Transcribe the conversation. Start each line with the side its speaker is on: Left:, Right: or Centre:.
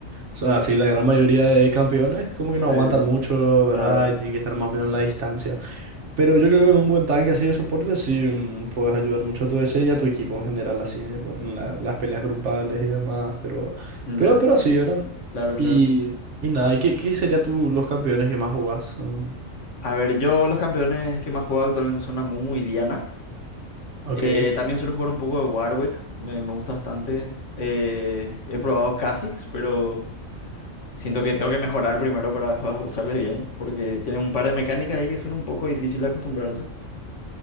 Right: Son así, la gran mayoría de campeones como
Left: Sí,
Right: que no aguantan mucho, ¿verdad?
Left: claro.
Right: Y tienen que estar más o menos en la distancia. Pero yo creo que con un buen tanque así de soporte sí mm, puedes ayudar mucho a tu DC y a tu equipo en general, así eh, pues, en la- las peleas grupales y demás, pero,
Left: Ya,
Right: pero, pero así, ¿verdad?
Left: claro, claro.
Right: Y, y nada, ¿y ¿qué, qué serían tú los campeones que más jugás? Mm,
Left: A ver, yo los campeones que más juego actualmente son Amumu y Diana.
Right: Ok.
Left: Eh, también suelo jugar un poco de Warwick, me, me gusta bastante. Eh, he probado Kha'Zix, pero siento que tengo que mejorar primero para <laughs> usarle bien, porque tienen un par de mecánicas ahí que son un poco difíciles de acostumbrarse.